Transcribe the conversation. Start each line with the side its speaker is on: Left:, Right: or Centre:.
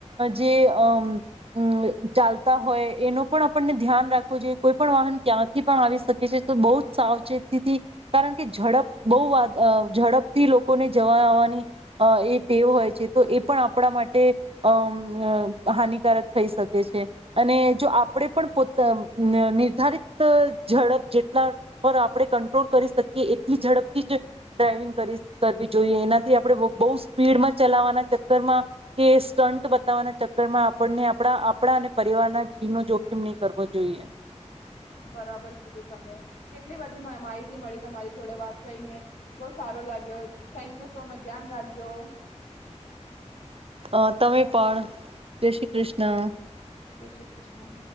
Right: જે અ. મ ચાલતા હોય એનો પણ આપણને ધ્યાન રાખવું જોઈએ કોઈ પણ વાહન ક્યાંથી પણ આવી શકે છે તો બહુ જ સાવચેતીથી કારણ કે ઝડપ બહુ ઝડપથી લોકોને જવા આવવાની અ એ ટેવ હોય છે તો એ પણ આપણા માટે અમ હાનિકારક. થઈ શકે છે અને જો આપણે પણ પો નિર્ધારિત ઝડપ જેટલા પર આપણે કંટ્રોલ કરી શકીએ એટલી ઝડપથી જ ડ્રાઈવિંગ કરી કરવી જોઈએ એનાથી આપણે બહુ સ્પીડમાં ચલાવવાના ચક્કરમાં કે સ્ટન્ટ બતાવવાના ચક્કરમાં આપણને. આપણા આપણા અને પરિવારના જીવનો જોખીમ નહી કરવો જોઈએ.
Left: બરાબર કીધું તમે કેટલી બધી માહિતી મળી તમારી જોડે વાત કરીને બહુ સારો લાગ્યો થેન્ક યુ સો મચ ધ્યાન રાખજો.
Right: અ તમે પણ જય શ્રી કૃષ્ણ.
Left: જય શ્રી કૃષ્ણ.